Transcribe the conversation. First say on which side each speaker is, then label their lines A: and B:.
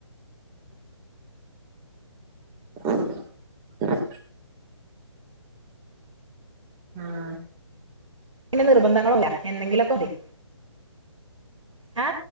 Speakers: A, on the right; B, on the right.
A: ആഹ് <inaudible> ആഹ്
B: പിന്നെ നിർബന്ധങ്ങളുംല്ല എന്തെങ്കിലൊക്കെ മതി- ആ